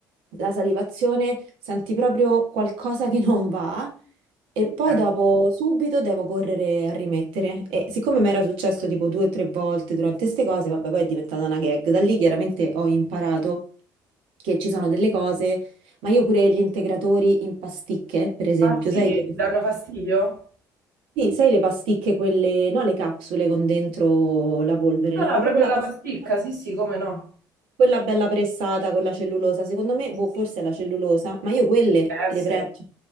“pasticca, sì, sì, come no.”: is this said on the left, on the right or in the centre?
Right